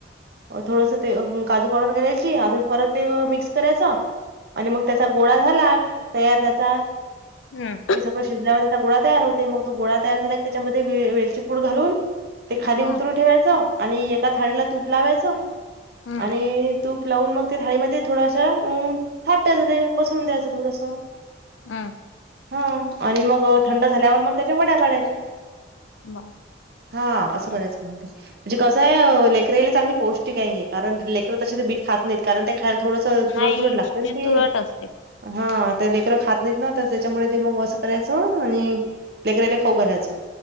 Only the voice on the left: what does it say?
हम्म
हम्म
हम्म
अं.
<unintelligible>
नाही
तुरट असते.